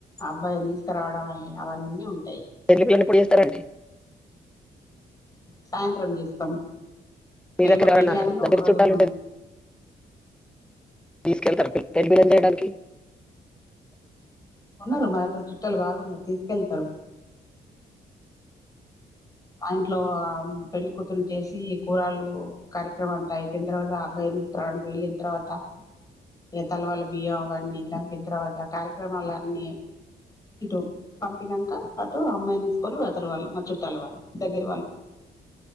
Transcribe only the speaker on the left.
అబ్బాయి తీసుకరావడం అని అవన్నీ ఉంటాయి.
సాయంత్రం చేస్తాం
రేపు
పెళ్ళనంగా
ఒక రోజు
ముందు
ఉన్నారు మా దగ్గర చుట్టాలు బాగున్నారు తీసుకెళ్తారు ఆ ఇంట్లో పెళ్లి ఆమ్ కూతుర్రు చేసి కూరలు కార్యక్రమం అంతా అయిపోయిన తర్వాత అబ్బాయ్ ని తీసుకురావడానికి వెళ్ళిన తర్వాత ఈతల వాళ్ళ బియ్యం అవన్నీ దంపిన తర్వాత కార్యక్రమాల అన్ని ఇటు పంపినాక అటు అమ్మాయిని తీసుకొని వతరు వాళ్ళు మా చుట్టాల వాళ్ళు దగ్గర వాళ్ళు